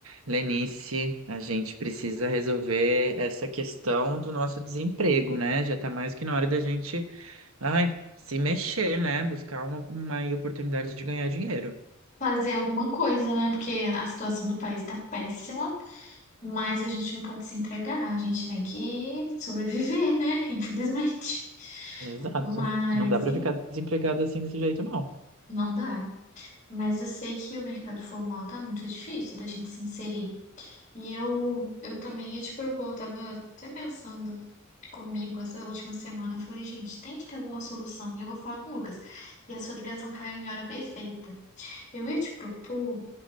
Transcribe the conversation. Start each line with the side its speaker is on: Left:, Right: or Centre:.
Right: Lenice, a gente precisa resolver essa questão do nosso desemprego, né? Já tá mais que na hora da gente, ai, se mexer, né? Buscar uma, uma aí oportunidade de ganhar dinheiro.
Left: fazer alguma coisa, né? Porque a situação do país tá péssima, mas a gente não pode se entregar, a gente tem que sobreviver, né? <laughs> Infelizmente.
Right: Exato.
Left: Mas
Right: Não dá pra
Left: em-
Right: ficar desempregado assim desse jeito, não.
Left: não dá. Mas eu sei que o mercado formal tá muito difícil da gente se inserir. E eu, eu também ia te propor, eu tava até pensando comigo essa última semana, eu falei, gente, tem que ter alguma solução. E eu vou falar com o Lucas. E a sua ligação caiu em hora perfeita. Eu ia te propor,